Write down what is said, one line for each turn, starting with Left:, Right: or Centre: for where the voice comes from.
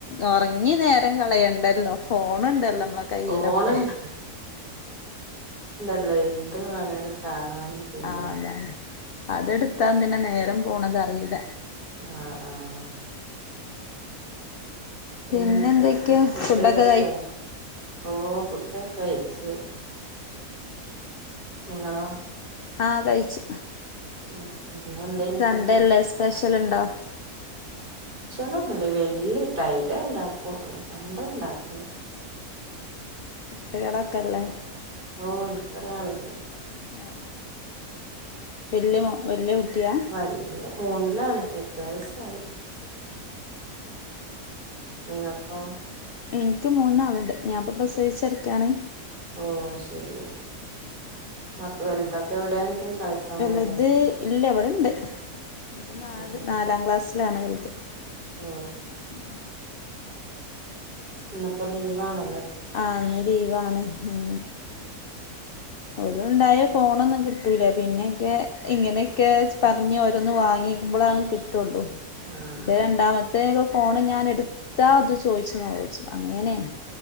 Left: ഒറ ഇന്നി നേരം കളയണ്ടല്ലോ ഫോണുണ്ടല്ലോ മ്മളെ കയ്യിലൊക്കെ
Right: ഫോണുണ്ട അല്ല എന്ത് വേണേലും കാണ കാണും ചെയ്യാ
Left: ആഹ് അതാണ് അതെടുത്താ നിന്നെ നേരം പോണതറീല്ല
Right: ആഹ് ആഹ് പിന്നെന്തൊക്കെ
Left: പിന്നെ എന്തൊക്കെയാ
Right: ഫുഡ്
Left: ഫുഡൊക്കെ
Right: കഴിച്ചോ ഓ ഫുഡൊക്കെ കഴ്ച്ച് നിങ്ങളോ
Left: ആഹ് കഴിച്ചു
Right: ഉം ഇന്നെന്തേനി
Left: സൺഡേ
Right: ഫുഡ്
Left: അല്ലേ സ്പെഷ്യലുണ്ടോ
Right: ലൊന്നുല്ല വെള്ളി ഫ്രൈഡേ ണ്ടാക്കും സൺ‌ഡേ ഉണ്ടാക്കൂല
Left: കുട്ടികളൊക്കല്ലേ
Right: ഓ എനിക്കൊരാളുണ്ട്
Left: ആ വല്യ വല്യ കുട്ടിയാ
Right: വല്യത് മൂന്നിലാണ് എട്ട് വയസ്സായി നിങ്ങൾക്കോ
Left: എനിക്ക് മൂന്നാളുണ്ട് ഞാൻ പ്പ ബസ് ഫ്യൂചറ്ക്കാണ്
Right: ഓ അത് ശരി മ്മാക്ക് വലുതൊക്കെ ഇവിടെയെന്തായി കളിക്കാൻ
Left: വലുത്
Right: പോയ
Left: ഇല്ല ഇവിടണ്ട് ഒരു നാല്
Right: ആ
Left: നാലാം ക്ലാസ് ലാണ് വല്ത്
Right: ഓ
Left: ആ
Right: ഇന്നിപ്പോ ലീവ് ആണ്
Left: ആ ഇന്ന് ലീവാണ് ഉം ഓറ് ഉണ്ടായ ഫോണൊന്നും കിട്ടൂല പിന്നെയൊക്കെ ഇങ്ങനെയൊക്കെ പറഞ്ഞ് ഓരോന്ന് വാങ്ങിക്കുമ്പഴളാണ് കിട്ട് ട്ടൊള്ളു
Right: ആ
Left: എന്റെ
Right: അതെ
Left: രണ്ടാമത്തെ ഫോണ് ഞാൻ എടുത്താ അത് ചോയിച്ച് നോലോൽയ്ച്ച് അങ്ങനെയാ